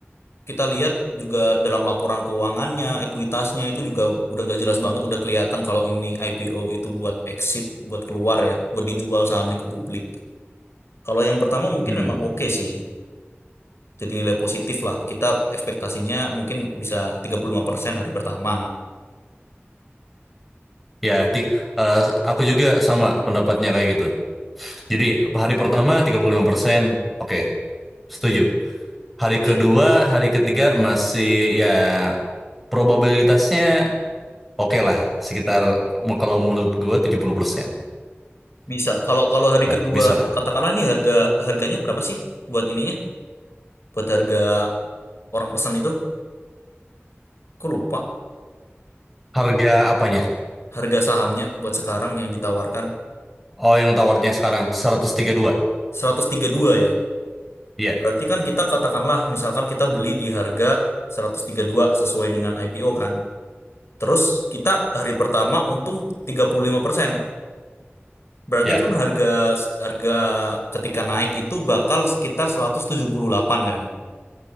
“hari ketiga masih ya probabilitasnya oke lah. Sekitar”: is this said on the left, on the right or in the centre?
Centre